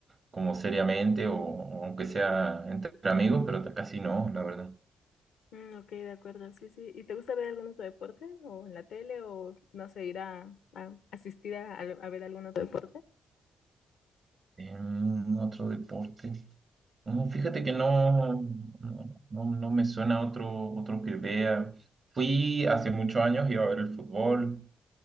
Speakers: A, on the right; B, on the left.
A: como seriamente o, o aunque sea entre amigos, pero casi no, la verdad.
B: Mm, ok, de acuerdo, sí, sí. ¿Y te gusta ver algún otro deporte? ¿O en la tele? ¿O no sé, ir a, a asistir a, a ver algún otro deporte?
A: Em, otro deporte. No, fíjate que no, no, no, no me suena otro, otro que vea. Fui hace muchos años, iba a ver el fútbol,